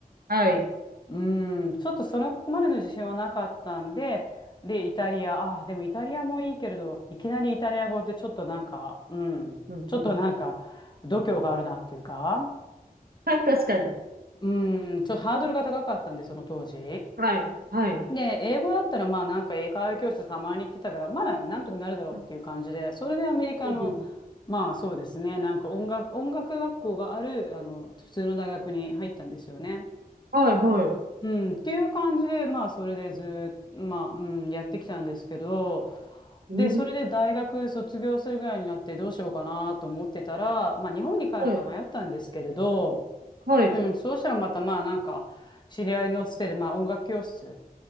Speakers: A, on the right (about 80°); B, on the left (about 30°).
A: はい。
B: うん、ちょっとそれここまでの自信はなかったんで、で、イタリア、ああ、でもイタリアもいいけれど、いきなりイタリア語でちょっとなんか、うん、
A: うんうん。
B: ちょっとなんか、度胸があるなっていうか、
A: はい、確かに。
B: うん、ちょっとハードルが高かったんで、その当時。
A: はい。はい。
B: で、英語だったらまあなんか英会話教室たまに行ってたから、まだなんとかなるだろうっていう感じで、
A: うん
B: それでアメリカの、
A: ほうほう。
B: まあそうですね、なんか音楽、音楽学校がある、あの、普通の大学に入ったんですよね。
A: はい、はい。
B: うん、っていう感じで、まあそれでずーっと、まあ、うん、やってきたんですけど、
A: えー
B: で、それで大学卒業するぐらいになってどうしようかなと思ってたら、まあ日本に帰るか迷ったんですけれど、
A: はい。はい。
B: うん、そうしたらまたまあなんか、知り合いのつてで、まあ音楽教室